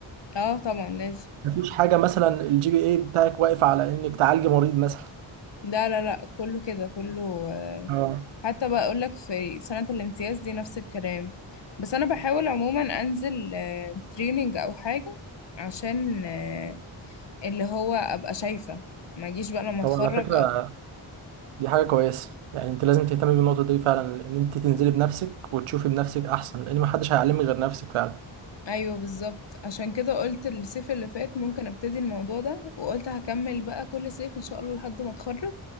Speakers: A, on the left (about 55°); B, on the right (about 80°).
A: اه طبعا لازم
B: مفيش حاجه مثلا الجي بي اي بتاعك واقف على انك تعالج مريض مثلا
A: لا لا لا كله كده كله آه،
B: اه
A: حتى بقى اقول لك في سنة الامتياز دي نفس الكلام بس انا بحاول عموما انزل تريننج او حاجة عشان آه، اللي هو ابقى شايفة ما اجيش بقى لما اتخرج
B: هو على فكره
A: أت...
B: دي حاجه كويسه يعني انت لازم تهتمي بالنقطه دي فعلا ان انت تنزلي بنفسك وتشوفي بنفسك احسن لان محدش هيعلمك غير نفسك فعلا
A: ايوه بالظبط عشان كده قلت الصيف اللي فات ممكن ابتدي الموضوع ده وقلت هكمل بقى كل صيف ان شاء الله لحد ما اتخرج